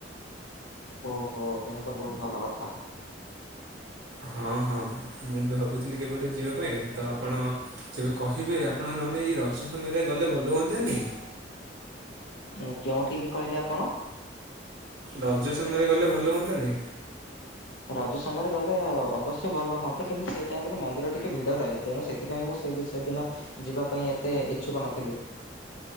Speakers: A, on the left; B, on the right.
A: ଓହୋ ଏହା ତ ବହୁତ ଭଲ କଥା।
B: ହଁ ହଁ ମୁଁ ବି ଭାବୁଥିଲି କେବେଗୋଟେ ଯିବା ପାଇଁ ତ ଆପଣ ତେବେ କହିବେ ଆପଣ ନହେଲେ ଏଇ ରଜ ସମୟରେ ଗଲେ ଭଲ ହୁଅନ୍ତାନି?
A: ଉଁ କେଉଁଠିକି କହିଲେ ଆପଣ?
B: ରଜ ସମୟରେ ଗଲେ ଭଲ ହୁଅନ୍ତାନି?
A: ରଜ ସମୟରେ ଗଲେ ଅବଶ୍ୟ ଭଲ ହୁଅନ୍ତା କିନ୍ତୁ ସେଇ ଟାଇମରେ ମନ୍ଦିର ଟିକେ କେ ଭିଡ ରହେ ତେଣୁ ସେଥିପାଇଁ ମୁଁ ସେ ସେଦିନ ଯିବା ପାଇଁ ଏତେ ଇଚ୍ଛୁକ ନଥିଲି।